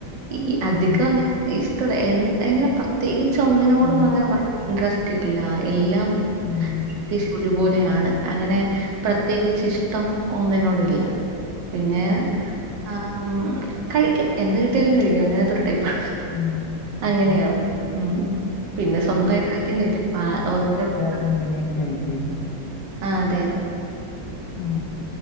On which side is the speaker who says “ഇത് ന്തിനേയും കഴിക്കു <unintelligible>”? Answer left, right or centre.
Left